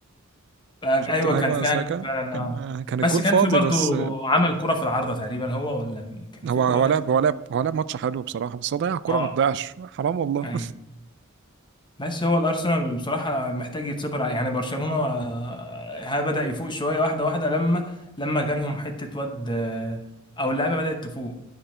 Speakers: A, on the left; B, on the right.
A: آه،
B: شفت
A: ايوه
B: الهجمة
A: كان في
B: ساكا
A: هجمه فعلا
B: كان
A: اه
B: آه، كان الجول
A: بس كان
B: فاضي
A: في برضو
B: بس
A: عمل كرة في العارضة تقريبا هو ولا مين كان
B: هو
A: في كرة
B: هو
A: جت
B: لعب هو لعب هو لعب ماتش حلو بصراحة بس هو ضيع كورة
A: اه
B: ما تضيعش حرام والله
A: ايوه بس هو الارسنال بصراحة محتاج يتصبر عليه. يعني برشلونة آه، ها بدأ يفوق شوية واحدة واحدة لما لما جالهم حتة واد آه، او اللعبة بدأت تفوق